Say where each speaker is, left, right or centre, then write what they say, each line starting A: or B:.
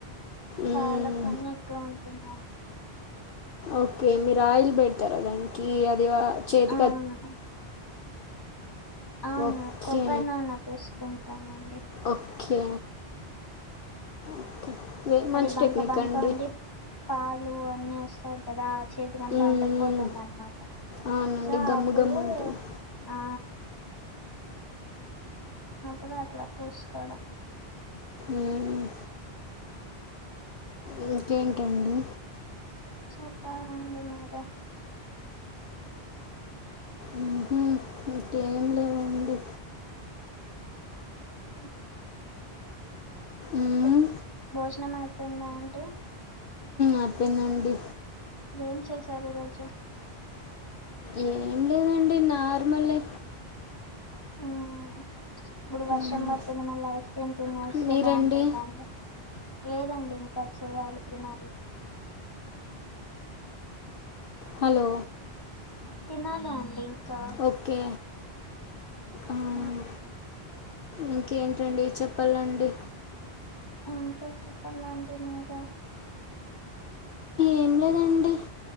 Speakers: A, on the left; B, on the left.
A: మ్,
B: చాలా పని ఎక్కువ ఉంటుంది
A: ఓకే మీరు ఆయిల్ పెడతారా దానికి అది చేతికి
B: ఉహు
A: అత్-
B: అవును
A: ఓకే
B: కొబ్బరి నూనె పూసుకుంటాం అండి
A: ఓకే ఓకే వే- మంచి
B: అది బంక
A: టెక్నిక్
B: బంక
A: అండి
B: ఉండి పాలు అన్ని వస్తాదీ కదా చేతికి అంతా
A: మ్,
B: అంటకుపోతుంది అన్నమాట
A: అవునండి
B: సో
A: గమ్ము
B: అప్పుడు
A: గమ్ ఉంటుంది
B: ఆ అప్పుడు అట్లా పూసుకోవడం
A: ఉమ్ ఇంకేంటండి
B: చెప్పాలండి మీరే
A: ఉమ్ ఇంకేం లేవండి
B: ఉ
A: మ్,
B: అక్కా భోజనమయిందా? తిన్నా అండి.
A: ఆ తిన్నా అండి
B: ఏం చేశారు ఈరోజు?
A: ఏం లేదండి నార్మలే.
B: మ్మ్. ఇప్పుడు వర్షం
A: మ్,
B: పడుతుంది మళ్ళీ ఐస్ క్రీమ్ తినొస్తే
A: మీరండి
B: బాగుంటుందాండి. లేదండి ఇంకా చేయాలి, తినాలి.
A: హలో!
B: తినాలి అండి ఇంకా
A: ఓకే. మ్
B: ఆ,
A: ఇంకేంటండి, చెప్పాలండి.
B: ఏంటో చెప్పాలండి మీరే <inaudible>
A: ఏం లేదండి